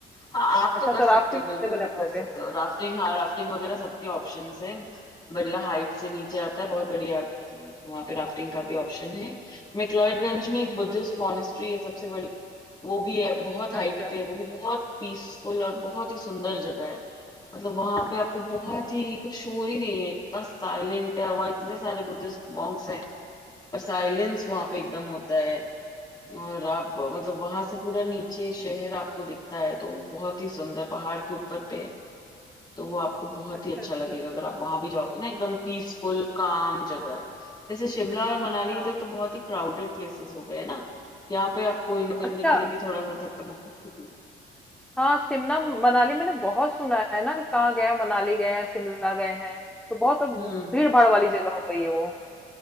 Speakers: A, on the left (about 20°); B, in the centre.
A: हाँ आप
B: अच्छा
A: तो कर
B: तो
A: सकते
B: राफ्टिंग
A: हो बिल्कुल
B: अवेलेबल
A: भी
B: है
A: कर
B: वहां
A: सकते
B: पे
A: हो राफ्टिंग हाँ राफ्टिंग वगैरह सबके ऑप्शंस हैं बढ़िया हाइट से नीचे आता है बहुत बढ़िया वहां पे राफ्टिंग का भी ऑप्शन है मैक्लॉडगंज में एक बुद्धिस्ट मॉनेस्ट्री है सबसे बड़ी वो भी है बहुत हाइट
B: अच्छा
A: पे वो भी बहुत पीसफुल और बहुत ही सुंदर जगह है मतलब वहां पे आपको बहुत ही कुछ शोर ही नहीं है इतना साइलेंट है वहां इतने सारे बुद्धिस्ट मॉन्क्स हैं पर साइलेंस वहां पे एकदम होता है और आप मतलब वहां से पूरा नीचे शहर आपको दिखता है तो बहुत ही सुंदर पहाड़ के ऊपर पे है तो वो आपको बहुत
B: अच्छा
A: ही अच्छा
B: अच्छा
A: लगेगा अगर आप वहां भी जाओगे ना एकदम पीसफुल काम जगह है जैसे शिमला और मनाली
B: हाँ
A: है तो ये तो बहुत ही क्राउडेड प्लेसेस हो गए ना यहाँ पे आपको इन करने
B: अच्छा
A: के लिए भी थोड़ा सा धक्का मुक्की
B: हाँ शिमला मनाली मैंने बहुत सुना है ना कि कहाँ गए हैं मनाली गए हैं शिमला गए हैं तो बहुत अब
A: हम्म
B: भीड़ भाड़ वाली जगह हो गई है वो